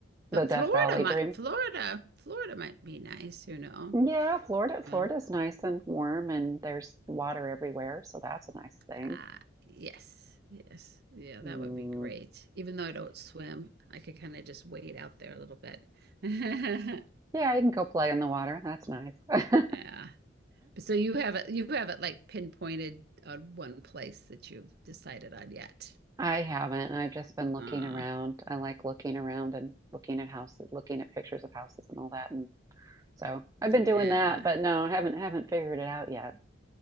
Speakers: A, on the right (about 55°); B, on the right (about 15°).
A: But
B: the Death
A: Florida
B: Valley
A: might
B: dream.
A: Florida, Florida might be nice, you know.
B: Yeah, Florida, Florida's
A: Yeah.
B: nice and warm and there's water everywhere, so that's a nice thing.
A: Ah, yes, yes. Yeah, that
B: Mm,
A: would be great. Even though I don't swim, I could kind of just wade out there a little bit. <laughs>
B: yeah, you can go play in the water. That's nice. <laughs>
A: Yeah. But so you have it, you have it like pinpointed on one place that you've decided on yet.
B: I haven't. I've just been looking
A: Uh,
B: around. I like looking around and looking at houses, looking at pictures of houses and all that. and. So I've
A: yeah.
B: been doing that, but no, I haven't haven't figured it out yet.